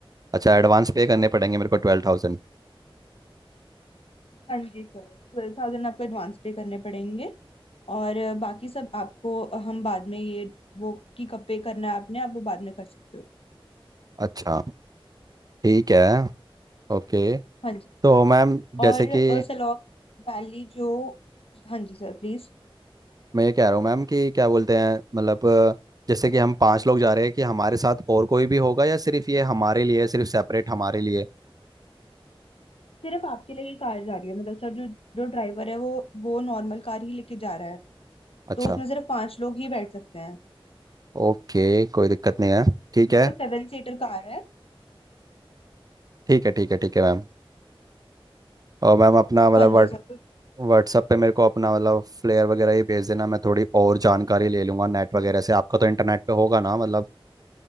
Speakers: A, on the right; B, on the left.
A: अच्छा एडवांस पे करने पड़ेंगे मेरे को ट्वेल्व थाउजेंड
B: हाँ जी सर ट्वेल्व थाउजेंड आपको एडवांस पे करने पड़ेंगे और अ, बाकी सब आपको अ, हम बाद में ये वो कि कब पे करना है आपने आप वो बाद में कर सकते हो
A: अच्छा ठीक है ओके
B: हाँ जी
A: तो मैम
B: और
A: जैसे
B: अ,
A: कि
B: सलौक वैली जो हाँ जी सर प्लीज
A: मैं ये कह रहा हूँ मैम कि क्या बोलते हैं मतलब अ, जैसे कि हम पांच लोग जा रहे हैं कि हमारे साथ और कोई भी होगा या सिर्फ ये हमारे लिए है, सिर्फ सेपरेट हमारे लिए
B: सिर्फ आपके लिए ही कार जा रही है मतलब सर जो जो ड्राइवर है वो वो नॉर्मल कार ही लेके जा रहा है
A: अच्छा
B: तो उसमें सिर्फ पांच लोग ही बैठ सकते हैं
A: ओके कोई दिक्कत नहीं है ठीक
B: जो
A: है
B: सेवन सीटर कार है
A: ठीक है ठीक है ठीक है मैम और मैम अपना मतलब
B: हाँ
A: व्हाट
B: जी सर
A: व्हाट्सअप पे मेरे को अपना मतलब फ्लेयर वगैरह ही भेज देना मैं थोड़ी और जानकारी ले लूँगा नेट वगैरह से आपका तो इंटरनेट पे होगा ना मतलब